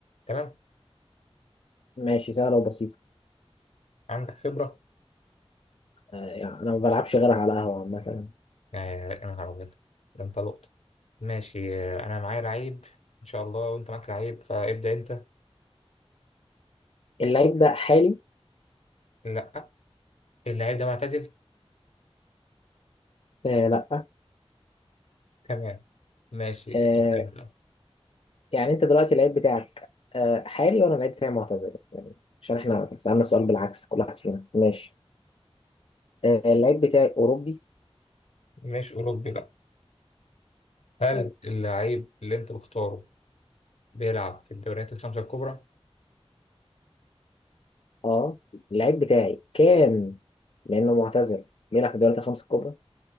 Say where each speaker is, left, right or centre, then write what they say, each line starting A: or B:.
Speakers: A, on the left; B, on the left.
A: تمام
B: ماشي سهلة وبسيطة
A: عندك خبرة
B: آه يعني أنا ما بلعبش غيرها على قهوة عامة
A: يعني أنا هربت ده أنت لقطة ماشي أنا معايا لعيب إن شاء الله وأنت معاك لعيب فابدأ أنت
B: اللعيب ده حالي
A: لأ اللعيب ده معتزل
B: آه لأ
A: تمام ماشي
B: آه
A: اسأل بقى.
B: يعني أنت دلوقتي اللعيب بتاعك آه حالي وأنا اللعيب بتاعي معتزل يعني عشان إحنا سألنا السؤال بالعكس كل واحد فينا ماشي آه اللعيب بتاعي أوروبي
A: مش أوروبي لأ هل
B: حالي
A: اللعيب اللي انت مختاره بيلعب في الدوريات الخمسة الكبرى؟
B: أه اللعيب بتاعي كان لأنه معتزل بيلعب في الدوريات الخمسة الكبرى